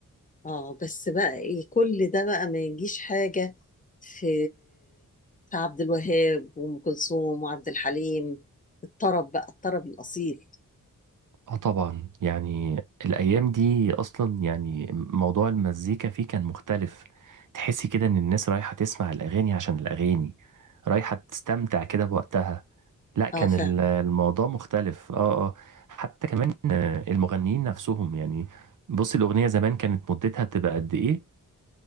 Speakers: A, on the left; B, on the right.
A: اه بس بقى إيه، كل ده بقى ما يجيش حاجة في في عبد الوهاب وأم كلثوم وعبد الحليم الطرب بقى الطرب الأصيل
B: اه طبعا يعني الايام دي اصلا يعني موضوع المزيكا فيه كان مختلف تحسي كده ان الناس رايحه تسمع الاغاني عشان الاغاني رايحه تستمتع كده بوقتها لا كان
A: اه فاهم
B: ال- الموضوع مختلف اه اه حتى كمان آه، المغنيين نفسهم يعني بصي الاغنيه زمان كانت مدتها بتبقى قد ايه